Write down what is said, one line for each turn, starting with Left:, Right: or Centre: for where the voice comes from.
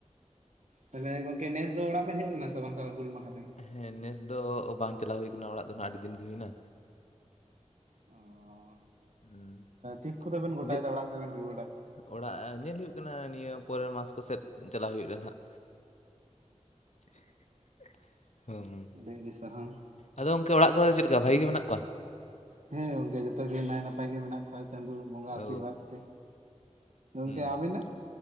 Right: ᱛᱟᱦᱞᱮ ᱜᱚᱝᱠᱮ ᱱᱮᱥ ᱫᱚ ᱚᱲᱟᱜ ᱵᱤᱱ ᱦᱮᱡ ᱞᱮᱱᱟ ᱥᱮ ᱵᱟᱝ ᱦᱩᱞ ᱢᱟᱦᱟ ᱨᱮ?
Left: ᱦᱮᱸ ᱱᱮᱥ ᱫᱚ ᱵᱟᱝ ᱪᱟᱞᱟᱣ ᱦᱩᱭ ᱠᱟᱱᱟ ᱚᱲᱟᱜ ᱫᱚ ᱱᱟᱜ ᱟᱹᱰᱤ ᱫᱤᱱ ᱜᱮ ᱦᱩᱭᱱᱟ᱾
Right: ᱚ᱾
Left: ᱦᱩᱸ
Right: ᱛᱤᱥ ᱠᱚᱛᱮᱵᱮᱱ ᱜᱚᱴᱟᱭᱮᱫᱟ
Left: ᱫᱤ
Right: ᱚᱲᱟᱜ ᱥᱮᱫᱵᱮᱱ ᱨᱩᱣᱟᱹᱲᱟ?
Left: ᱚᱲᱟᱜ ᱧᱮᱞ ᱦᱩᱭᱩᱜ ᱠᱟᱱᱟ ᱱᱤᱭᱟᱹ ᱯᱚᱨᱮᱨ ᱢᱟᱥ ᱠᱚᱥᱮᱫ ᱪᱟᱞᱟᱣ ᱦᱩᱭᱩᱜᱼᱟ ᱱᱟᱜ᱾ <unintelligible>
Right: ᱟᱹᱰᱤ ᱟᱹᱰᱤ ᱥᱟᱨᱦᱟᱣ᱾
Left: ᱟᱫᱚ ᱜᱚᱝᱠᱮ ᱚᱲᱟᱜ ᱠᱚᱨᱮᱫᱚ ᱪᱮᱫ ᱞᱮᱠᱟ ᱵᱷᱟᱜᱮ ᱜᱮ ᱢᱮᱱᱟᱜ ᱠᱚᱣᱟ?
Right: ᱦᱮᱸ ᱜᱚᱝᱠᱮ ᱡᱚᱛᱚ ᱜᱮ ᱱᱟᱭ ᱱᱟᱯᱟᱭ ᱜᱮ ᱢᱮᱱᱟᱜ ᱠᱚᱣᱟ᱾ ᱯᱟᱭ ᱪᱟᱸᱫᱳ ᱵᱚᱸᱜᱟ ᱟᱥᱤᱨᱵᱟᱫᱽ
Left: ᱚ
Right: ᱛᱮ᱾ ᱜᱚᱝᱠᱮ
Left: ᱦᱩᱸ
Right: ᱟᱵᱮᱱᱟᱜ?